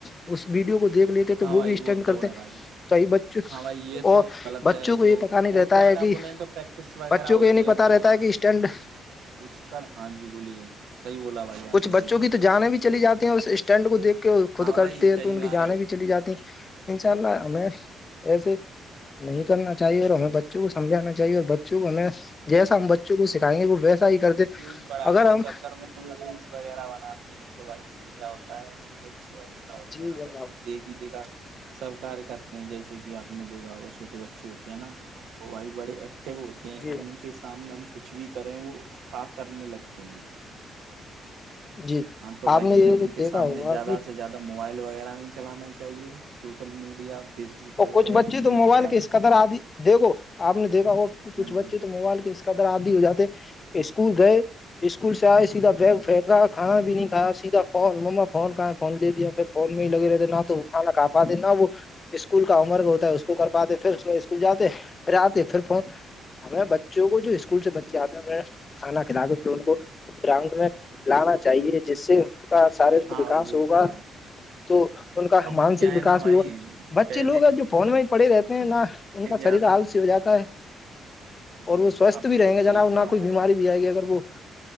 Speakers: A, on the left; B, on the right.
A: اس ویڈیو کو دیکھ لیتے
B: ہاں
A: تو وہ
B: بھائی
A: بھی اسٹینڈ کرتے
B: تو ہے بھائی
A: توی بچوں
B: ہاں بھائی یہ تو
A: اور
B: غلط
A: بچوں
B: ہے
A: کو
B: جو
A: یہ پتا نہیں
B: وہ
A: رہتا ہے
B: کیا نا
A: کہ
B: انہیں تو پریکٹس وغیرہ
A: بچوں کو
B: ہوتی
A: یہ نہیں پتا
B: تو
A: رہتا ہے کہ اسٹینڈ
B: اس کا ہاں جی بولیے صحیح بولا بھائی آپ
A: کچھ
B: نے
A: بچوں
B: بالکل
A: کی تو
B: صحیح
A: جانے بھی چلی جاتے ہیں اس اسٹینڈ کو دیکھ کے خود
B: ہاں
A: کرتے
B: بھائی
A: ہیں
B: کئی
A: تو ان
B: بار
A: کی جانے بھی چلی جاتی ان شاء اللہ ہمیں ایسے نہیں کرنا چاہیے اور ہمیں بچے بچوں کو سمجھانا چاہیے اور بچوں کو ہمیں جیسا ہم بچوں کو سکھائیںے وہ ویسا ہی کرتے
B: کچ بڑھانے
A: اگر
B: کے
A: ہم
B: چکر میں ریلس وغیرہ بناتے ہیں تو بھائی اس سے کیا ہوتا ہے کہ جو بچے کیا ہو
A: جی
B: ہے نا بھائی
A: جناب
B: وہ دیکھ ہی دیکھا سب ک کرتے ہیں جیسے کہ آپ نے دیکھا ہوا چھوٹے بچے ہوتے ہیں نا وہ بائی بڑے اے ہوتے ہیں
A: جی
B: اور ان کے سامنے ہم کچھ بھی کریں وہ سات کرنے لگتے ہیں
A: جی
B: ہاں تو
A: آپ
B: بھائی
A: نے
B: ہمیں
A: یہ
B: ان کے
A: دیکھا
B: سامنے
A: ہوگا
B: زیادہ
A: کہ
B: سے زیادہ مطلب موبائل وغیرہ نہیں چلانا چاہیے سوشل میڈیا فیس بک
A: اور
B: وغیرہ
A: کچھ بچی
B: ایسی چیزیں
A: تو موبائل
B: نہیں چلانی
A: کی اس قدر آدی دیکھو آپ نے دیکھا ہو کہ کچھ
B: ہاں
A: بچے
B: جی
A: تو موبائل کے اس قدر آادی ہو جاتے اسکول گئے اسکول سے آئے سیدھا بیگ پھیکا کھا بھی نہیں کایا سیدھا فون مما فون ک فون لے دیا پھر فون میں ہی لگے رہتے نہ تو کانا ک آاپات نہ وہ اسکول کا عمرگ ہوتا ہے اس کو کر پاتے پھر اسکول جاتے پھر آتے پھر فون ہمیں بچوں کو جو اسکول سے بچے آتے ہیں کھانا کھلا کے پھر ان کو گراؤنڈ میں کلانا چاہیے جس سے کا شارییرک
B: ہاں
A: وکاس
B: بھائی وہ
A: ہوگا
B: تو ہے
A: تو ان کا
B: اور وہ
A: مانسک
B: کیا
A: وکاس
B: ہے نا بھائی
A: بھی ہوا بچے
B: پہلے
A: لوگ ہیں جو فون میں ہی پڑھے رہتے ہیں نہ ان کا
B: کیا
A: شریر
B: تھا
A: آال س ہو جاتا ہے
B: اب
A: اور وہ سوستھ
B: آپ
A: بھی
B: نے
A: رہیں
B: بالکل
A: گے جنا
B: صحیح فرمایا
A: نہ کوئی بیماری
B: بھائی
A: بھی آئے گی اگر وہ